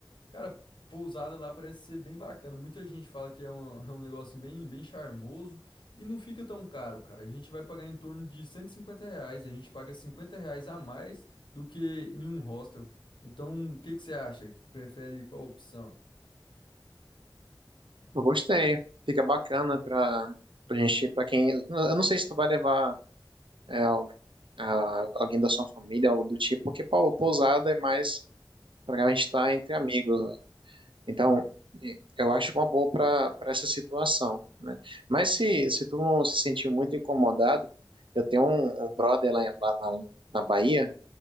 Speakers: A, on the left; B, on the right.
A: Cara, pousada lá parece ser bem bacana. Muita gente fala que é um, é um negócio bem, bem charmoso e não fica tão caro, cara. A gente vai pagar em torno de 150 reais. A gente paga 50 reais a mais do que em um hostel. Então, o que que você acha? Prefere qual opção?
B: Eu gostei, fica bacana para a gente, para quem. Eu não sei se tu vai levar é, al- a- alguém da sua família, algo do tipo, porque pô, pousada é mais para a gente estar entre amigos. né? Então, e- eu acho uma boa para para essa situação, né? Mas se, se tu não se sentir muito incomodado, eu tenho um, um brother lá, em- lá na, na Bahia.